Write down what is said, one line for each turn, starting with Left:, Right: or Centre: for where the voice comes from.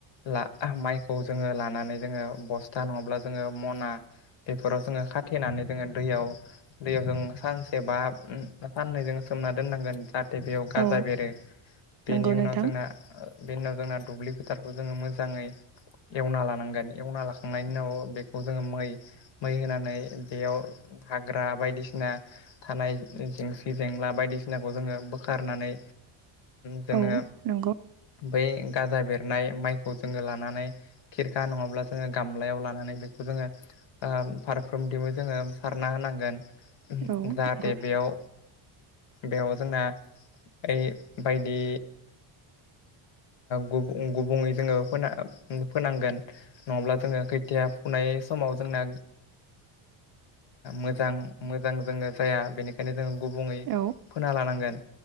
Left: ला माइखौ जोङो लानानै जोङो बस्था नङाब्ला जोङो मना बेफोराव जोङो खाथेनानै जोङो दै दैयाव जों सानसे बा सानन जों सोमना दोननांगोन जाहाथे बेयाव गाजा
Right: औ
Left: बेरो बेनि
Right: नंगौ नोंथां
Left: उनाव जोंना बे उनाव जोंना दुब्लि फोथारखौ जोङो मोजाङै एवना लानांगोन एवना लाखांनायनि उनाव बेखौ जोङो मै मै होनानै बेयाव हाग्रा बायदिसिना थानाय जेंसि जेंला बायदिसिनाखौ जोङो बोखारनानै जोङो
Right: औ नंगौ
Left: बै गाजा बेरनाय माइखौ जोङो लानानै खिरखा नङाब्ला जोङो गामलायाव लानानै बेखौ जोङो ओ फारफ्रोमथिबो जोङो सारना होनांगोन
Right: औ
Left: जाहाथे
Right: नंगौ
Left: बेयाव बेयाव जोंना ओ बायदि गुबुं गुबुंङै जोङो फोनांगोन नङाब्ला जोङो खैथिया फुनाय समाव जोंना मोजां मोजां जोंनो जाया बेनिखायनो जों गुबुङै
Right: औ
Left: फोना लानांगोन